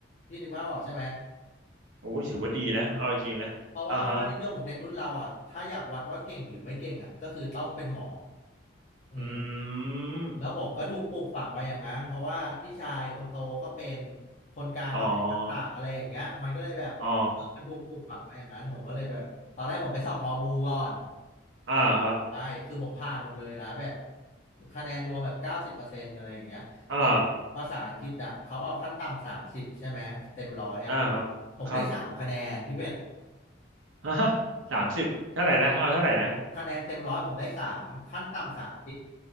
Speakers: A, on the left (about 35°); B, on the right (about 75°).
A: พี่นึกภาพออกใช่ไหม
B: โอ้ถือว่าดีนะเอาจริงนะอ่าฮะ
A: เพราะว่าค่านิยมของเด็กรุ่นเราอ่ะถ้าอยากวัดว่าเก่งหรือไม่เก่งอ่ะก็คือต้องเป็นหมออืม
B: อืม
A: แล้วผมก็ถูกปลูกฝังมาอย่างนั้น เพราะว่าพี่ชายคนโตก็เป็น คนกลางก็เป็นทักษะอะไรอย่างเงี้ยมันก็เลยแบบเออมันถูกปลูกฝังมาอย่างนั้นผมก็เลยแบบตอนแรกผมไปสอบมอบูก่อน
B: อ๋ออ๋ออ่าครับ
A: ใช่คือผมผ่านหมดเลยนะแบบคะแนนรวมแบบเก้าสิบเปอร์เซ็นต์อะไรอย่างเงี้ยแต่
B: อ่า
A: ภาษาอังกฤษอ่ะเขาเอาขั้นต่ำสามสิบใช่ไหมเต็มร้อยอ่ะ
B: อ่าครับครับ
A: ผมได้สามคะแนนพี่เป็ด
B: ฮะสามสิบเท่าไหร่นะเอาเท่าไหร่นะ
A: คะแนนเต็มร้อยผมได้สามขั้นต่ำสาม